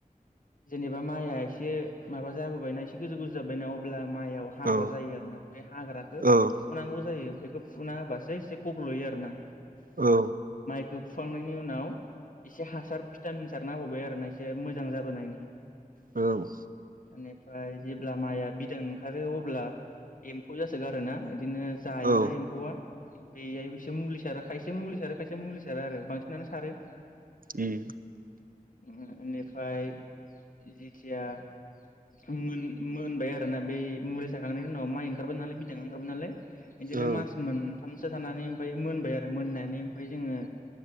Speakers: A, on the left; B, on the right.
A: जेनेबा माइआ एसे माबा जाबोबायना एसे गोजौ गोजौ जाबोबायना अब्ला माइआव हाग्रा
B: औ
A: जायो आरो ना बे हाग्राखो
B: औ
A: फुनांगौ जायो। बेखौ फुना होबासो एसे गब्लयो आरो ना
B: औ
A: फुखांनायनि उनाव एसे हासार भिटामिन सारना होबावबाय आरो ना एसे मोजां जाब बोनायनि
B: औ
A: बेनिफ्राय जेब्ला माइआ बिदां ओंखारो अब्ला एम्फौ जासोगार ना। बिदिनो जायोना
B: औ
A: एम्फौआ। बेहायबोसो मुलि सारो खायसे मुलि सारो खायसे मुलि सारो आरो बांसिनानो सारो। <inaudible>
B: उम
A: ओ नेफाय जेथिया मोन मोनबाय आरो ना बै मुलि साखांनायनि उनाव माइ ओंखारबाय नालाय बिदां ओंखारबाय नालाय। इदिनो
B: औ
A: मास मोन थामसो थानानै ओमफ्राय मोनबाय आरो मोननानै ओमफ्फ्राय जोङो